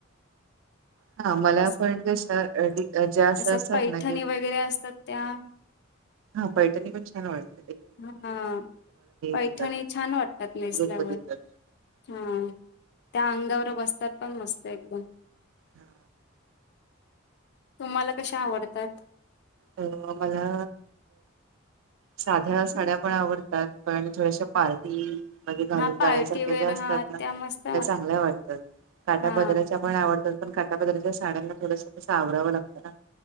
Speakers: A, on the right (about 65°); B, on the left (about 55°).
A: हा मला
B: अस
A: पण कश जास्त
B: असं
A: असतात
B: पैठणी
A: ना की
B: वगैरे असतात त्या
A: हा पैठणी पण छान वाटत
B: हा पैठणी
A: देतात
B: छान वाटतात नेसल्यावर
A: लोक देतात
B: हा त्या अंगावर बसतात पण मस्त एकदम
A: हा
B: तुम्हाला कशा आवडतात
A: अ मला साध्या साड्या पण आवडतात पण थोड्याशा पार्टी म्हणे घालून
B: हा पार्टीवेअर
A: जाण्यासारख्या ज्या असतात
B: हा
A: ना
B: मस्त
A: त्या चांगल्या वाटतात काट्या
B: हा
A: पदऱ्याच्या पण आवडतात पण काटा पदाराच्या साड्यांना थोडंसं तं आवरावं लागत ना